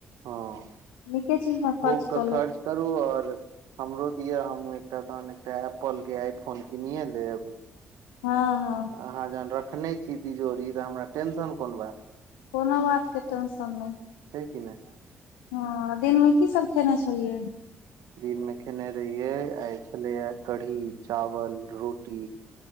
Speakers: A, on the right; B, on the left.
A: हँ
B: नीके चीजमे
A: खूब
B: खर्च
A: के
B: कऽ लेब।
A: करू आओर हमरो दियअ हमू एकटा तहन एकटा एप्पलके आई फोन कीनिए लेब।
B: हँ- हँ।
A: अहाँ जहन रखने छी तिजोरी त हमरा टेंशन कोन बात
B: कोनो बातके टेंशन नय।
A: छै कि नहि
B: हँ दिनमे की सब खेने छलियै।
A: दिनमे खेने रहियै आय छलैये कढ़ी- चावल, रोटी